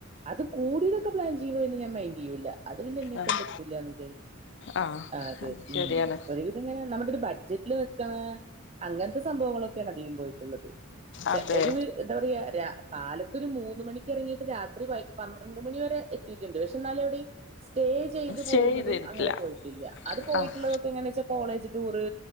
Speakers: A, on the right; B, on the left.
A: അത് കൂടിയതൊക്ക പ്ലാൻ ചെയ്യുമ്പൊ പിന്ന ഞാൻ മൈന്റ് എയൂല്ല അത് പിന്നെ എന്നെ
B: ആഹ്
A: കൊണ്ട് എത്തുല്ലന്ന് ജര്
B: ആഹ്
A: അത് ഉം
B: ശരിയാണ്
A: ഒരൊര് ത്ങ്ങനെ നമ്മുട ഒരു ബഡ്ജറ്റില് നിക്ക്‌ണ അങ്ങൻത്ത സംഭവങ്ങളൊക്കെണ് അധികം പോയിട്ട്ള്ളത് ചെ
B: അതെ
A: ഒരു വി എന്താ പറയാ രാ കാലത്തൊരു മൂന്ന് മണിക്ക് എറങ്ങിയിട്ട് രാത്രി പയ് പന്ത്രണ്ട് മണി വരെ എത്തിയിട്ട്ണ്ട് പക്ഷെ ന്നാലും എവിടെയ് സ്റ്റേ ചെയ്ത്
B: സ്റ്റേയ്
A: പോകുന്നതും
B: ചെയ്തിരിക്കില്ല
A: അങ്ങനെ പോയിട്ടില്ല അത് പോയിട്ടുള്ളതൊക്കെ
B: ആഹ്
A: എങ്ങന ച്ചാ കോളേജ് ടൂറ്